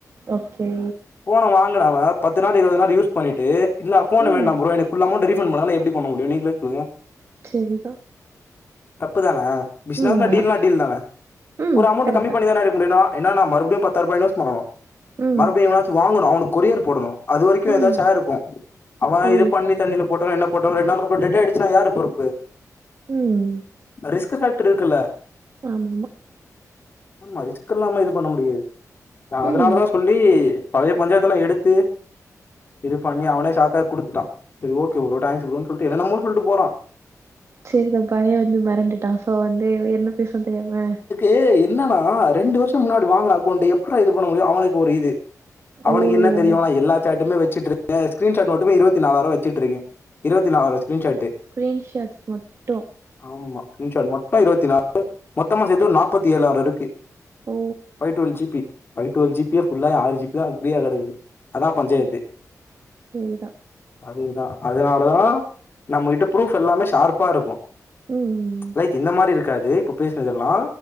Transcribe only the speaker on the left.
போன வாங்கினவ பத்து நாள் இருவது நாள் யூஸ் பண்ணிட்டு இல்ல அ போனு
வேண்டா ப்ரோ எனக்கு புல் அமோண்ட் ரீஃபன் பண்ணுங்கனா எப்டி பண்ணமுடியு நீங்களே சொல்லுங்க
தப்பு தான பிஸ்னஸ்னா
டீல்னா டீல் தான
ஒரு அமௌண்ட்ட
கம்மி
பண்ணி தான எடுக்க முடியு நா என்ன நா மறுபடியு பத்தாய்ரூபா இநன்ஸ் பண்ணணு
மறுபடியு எவனாச்சு வாங்கணு அவணு கொரியர் போடணு அது வரைக்கு
ஏதாச்சு ஆய்ருக்கு அவ
இது பண்ணி தண்ணில போட்டானோ என்ன போட்டானோ ரெண்டு நாள்க்கு அப்றோ டெட் ஆய்டுச்சுனா யார் பொறுப்பு
ரிஸ்க்கு ஃபக்டர் இருக்குல்ல
ஆமா ரிஸ்க் இல்லாம இது பண்ண முடியாது அதனாலதா
சொல்லி பழைய பஞ்சாயத்தலா எடுத்து இது பண்ணி அவனே சாக்காய் குடுத்துட்டா சரி ஓகே ப்ரோ டங்க்ஸ் ப்ரோன் சொல்ட்டு என்னன்னமோ சொல்ட்டு போறா
ஏ என்னனா ரெண்டு வருஷோ முன்னாடி வாங்குன அக்கௌண்ட எப்பிர்றா இது பண்ண முடியு அவனுக்கு ஒரு இது அவனுக்கு
என்ன தெரியு நா எல்லா சாட்டுமே வச்சுட்ருக்க ஸ்கிரீன்ஷாட் மட்டுமே இருவத்தி நாலாயிரோ வச்சிட்டு இருக்க இருவத்தி நாலாயிறோ ஷ்க்ரீன்ஷாட்டு
ஆமா ஸ்க்ரீன்ஷாட் மொத்தோ இருவத்தி நாலு மொத்தமா சேத்து ஒரு நாப்பத்தி ஏழ ஆறு இருக்கு
by twelve G B by twelve ஜிபிய ஃபுல்லா ஆறு ஜி பி தா ஃப்ரீா கடக்கு அதா பஞ்சாயத்து
அதேதா அதனாலதா நம்மகிட்ட ப்ரூஃப் எல்லாமே ஷார்ப்பா இருக்கு
லைக் இந்த மாரி இருக்காது இப்போ பேசினதெல்லா